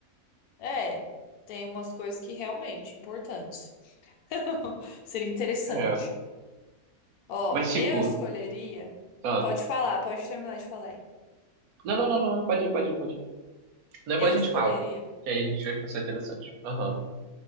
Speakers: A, on the left; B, on the right.
A: é. Tem umas coisas que realmente importantes. <laughs> Seria interessante.
B: É,
A: Ó,
B: mas tipo,
A: eu escolheria.
B: ah,
A: Pode falar, pode terminar de falar aí.
B: não, não, não, não, pode ir, pode ir, pode ir. Depois
A: Eu
B: a
A: escolheria.
B: gente fala, que aí a gente vai passar interessante. Aham. <laughs>